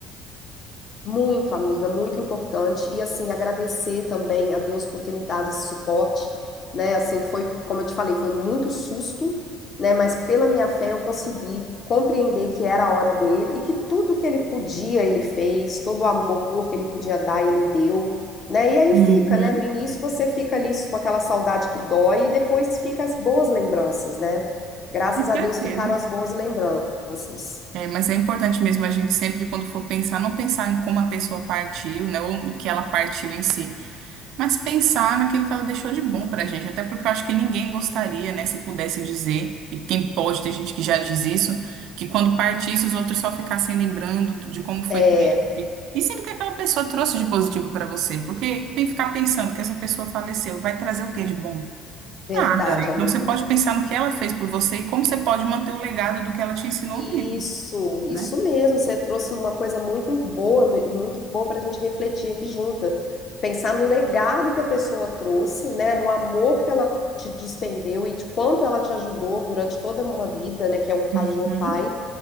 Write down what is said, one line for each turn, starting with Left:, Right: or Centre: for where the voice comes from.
Left: Muito, amiga, muito importante. E assim, agradecer também a Deus por ter me dado esse suporte, né? Assim, foi, como eu te falei, foi muito susto, né? Mas pela minha fé eu consegui compreender que era a hora dele e que tudo que ele podia, ele fez, todo o amor que ele podia dar, ele deu, né? E aí
Right: Uhum,
Left: fica, né? No início você fica ali com aquela saudade que dói e depois fica as boas lembranças, né? Graças
Right: com certeza.
Left: a Deus ficaram as boas lembranças.
Right: É, mas é importante mesmo a gente sempre, quando for pensar, não pensar em como a pessoa partiu, né? Ou no que ela partiu em si. Mas pensar naquilo que ela deixou de bom pra gente, até porque eu acho que ninguém gostaria, né, se pudesse dizer, e quem pode, tem gente que já diz isso, que quando partisse os outros só ficassem lembrando de como foi
Left: É
Right: triste. E sendo que aquela pessoa trouxe de positivo pra você, porque tem que ficar pensando que essa pessoa faleceu, vai trazer o que de bom?
Left: verdade,
Right: Nada. Então
Left: amiga.
Right: você pode pensar no que ela fez por você e como você pode manter o legado do que ela te ensinou
Left: Isso,
Right: vivo,
Left: isso
Right: né?
Left: mesmo. Você trouxe uma coisa muito em- boa e muito boa para a gente refletir aqui junta. Pensar no legado que a pessoa trouxe, né? No amor que ela te despendeu e de quanto ela te ajudou durante toda uma vida, né? Que é um caso
Right: Uhum.
Left: de um pai.